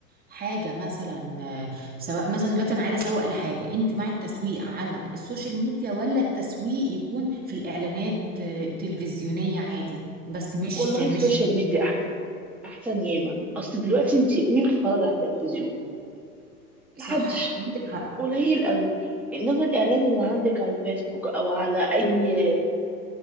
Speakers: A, on the right (about 20°); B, in the centre.
A: حاجه مثلا آه، سواء مثلا دلوقتي انا عايزه اسوق لحاجه انت مع التسويق على السوشيال ميديا ولا التسويق يكون في الاعلانات آه، التلفزيونيه عادي بس مش
B: والله
A: مش
B: السوشيال ميديا احسن احسن ياما اصل دلوقتي انت مين بيتفرج على التلفزيون؟
A: صح
B: محدش
A: عندك حق
B: قليل قوي انما الاعلان اللي عندك على الفيسبوك او على اي